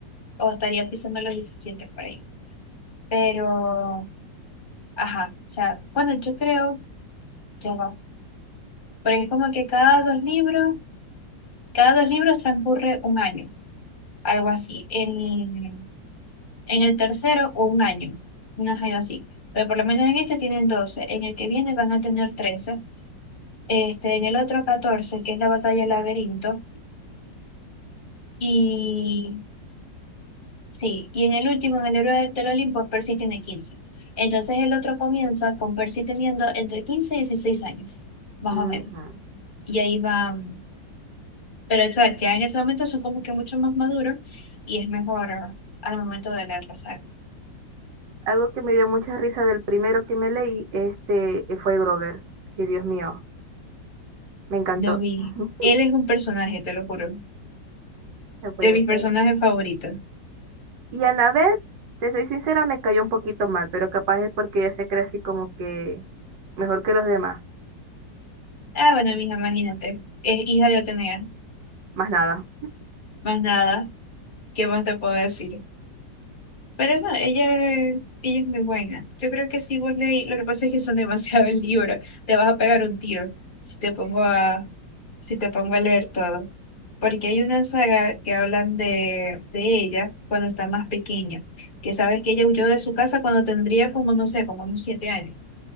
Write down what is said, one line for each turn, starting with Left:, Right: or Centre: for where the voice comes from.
Left: o estaría pisando los 17 por ahí. Pero, ajá, o sea, bueno, yo creo, ya va. Porque es como que cada dos libros, cada dos libros transcurre un año, algo así. En, en el tercero, un año, una algo así. Pero por lo menos en este tienen 12. en el que viene van a tener 13. Este, en el otro 14 que es la batalla del laberinto, y sí, y en el último, en el héroe del Olimpo, Percy tiene quince Entonces el otro comienza con Percy teniendo entre 15 y 16 años, más
Right: Ujú.
Left: o menos. Y ahí va, pero o sea, ya en ese momento son como que mucho más maduros y es mejor al momento de leer la saga.
Right: Algo que me dio mucha risa del primero que me leí, este, fue Grover. Que Dios mío. Me encantó.
Left: Lo vi.
Right: <laughs>
Left: Él es un personaje, te lo juro,
Right: No puede
Left: de mis personajes
Right: ser.
Left: favoritos.
Right: Y Annabeth, te soy sincera, me cayó un poquito mal, pero capaz es porque ella se cree así como que mejor que los demás.
Left: Ah, bueno, mija, imagínate, es hija de Atenea,
Right: Más nada.
Left: más nada, ¿qué más te puedo decir? Pero no, ella, ella es muy buena. Yo creo que si vos leí, lo que pasa es que son <laughs> demasiados libros, te vas a pegar un tiro si te pongo a, si te pongo a leer todo. Porque hay una saga que hablan de, de ella cuando está más pequeña, que sabes que ella huyó de su casa cuando tendría como, no sé, como unos siete años.